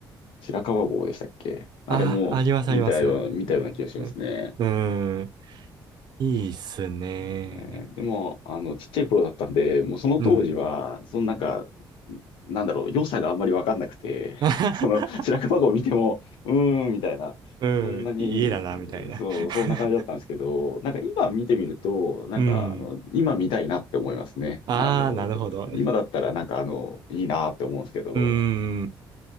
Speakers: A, on the left; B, on the right.
A: 白川郷でしたっけあれも見たよう、
B: あ、あります、あります。
A: 見たような気がしますね。
B: うん。うんいいっすね。
A: いやえーでも、あの、ちっちゃい頃だったんで、もうその当時は、
B: うん。
A: そのなんか、なんだろう、良さがあんまりわかんなくて、
B: <laughs>
A: <laughs> その白樺湖を見ても、うーん、みたいな、
B: うん。
A: そんなに、
B: 家だな、みたいな。
A: そう、
B: <laughs>
A: そんな感じだったんですけど、なんか今見てみると、なんか、
B: うん。
A: あの、今見たいなって思いますね。
B: ああ、
A: あの、
B: なるほど。
A: 今だったらなんか、あの、いいなって思うんですけど、
B: うん。